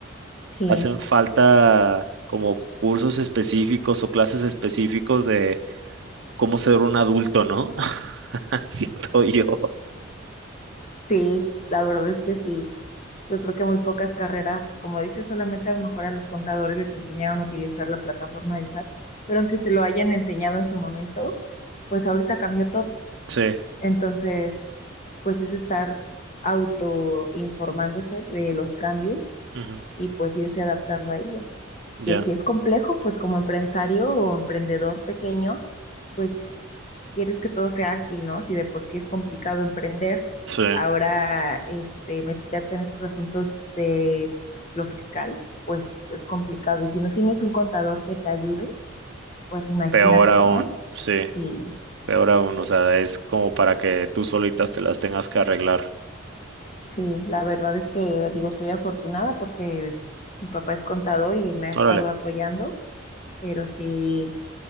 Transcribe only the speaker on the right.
hacen falta como cursos específicos o clases específicos de cómo ser un adulto, ¿no? <laughs> Siento yo.
Sí,
ujú,
ya,
sí,
peor aún,
sí,
peor aún, o sea, es como para que tú solitas te las tengas que arreglar.
Órale,